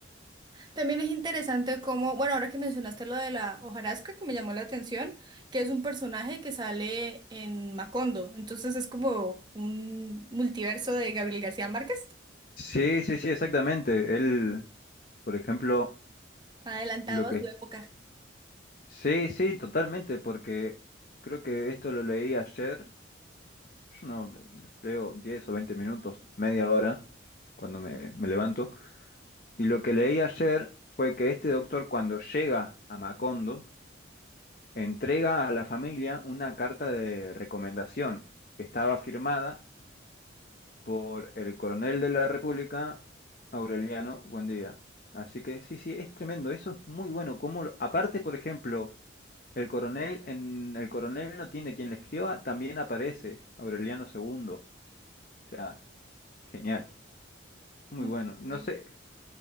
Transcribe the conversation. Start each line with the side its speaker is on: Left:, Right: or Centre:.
Right: También es interesante cómo, bueno, ahora que mencionaste lo de la hojarasca que me llamó la atención, que es un personaje que sale en Macondo, entonces es como un multiverso de Gabriel García Márquez,
Left: Sí, sí, sí, exactamente. Él, por ejemplo,
Right: adelantado
Left: lo
Right: a
Left: que...
Right: su época.
Left: Sí, sí, totalmente, porque creo que esto lo leí ayer Yo no leo 10 o 20 minutos, media hora, cuando me, me levanto. Y lo que leí ayer fue que este doctor, cuando llega a Macondo, entrega a la familia una carta de recomendación que estaba firmada por el coronel de la República, Aureliano Buendía. Así que sí, sí, es tremendo, eso es muy bueno. Como, aparte, por ejemplo, el coronel, en el coronel no tiene quien le escriba, también aparece Aureliano segundo O sea, genial. Muy
Right: Ok.
Left: bueno. No sé,